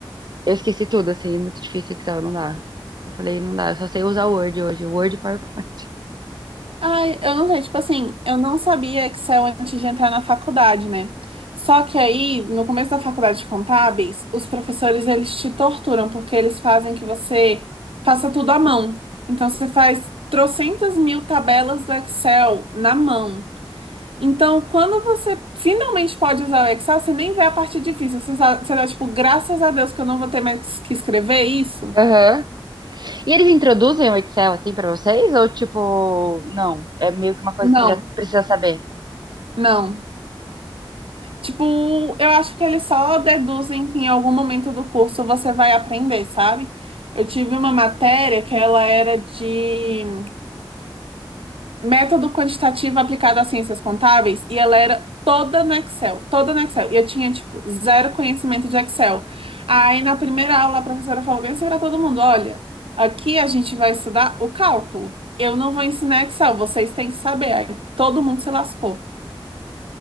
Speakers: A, on the right; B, on the right.
A: Eu esqueci tudo, assim, é muito difícil Excel, não dá. Eu falei, não dá, eu só sei usar Word hoje, Word e PowerPoint.
B: Ai, eu não sei, tipo assim, eu não sabia Excel antes de entrar na faculdade, né? Só que aí, no começo da faculdade de contábeis, os professores, eles te torturam, porque eles fazem que você faça tudo à mão. Então, você faz trocentas mil tabelas do Excel na mão. Então, quando você finalmente pode usar o Excel, você nem vê a parte difícil. Você, sa- você dá, tipo, graças a Deus que eu não vou ter mais que escrever isso.
A: Aham. E eles introduzem o Excel, assim, pra vocês? Ou, tipo, não, é meio que uma coisa que
B: Não,
A: você já precisa saber?
B: não. Tipo, eu acho que eles só deduzem que em algum momento do curso você vai aprender, sabe? Eu tive uma matéria que ela era de método quantitativo aplicado às ciências contábeis e ela era toda no Excel, toda no Excel. E eu tinha, tipo, zero conhecimento de Excel. Aí na primeira aula a professora falou bem assim pra todo mundo: olha, aqui a gente vai estudar o cálculo. Eu não vou ensinar Excel, vocês têm que saber. Aí todo mundo se lascou.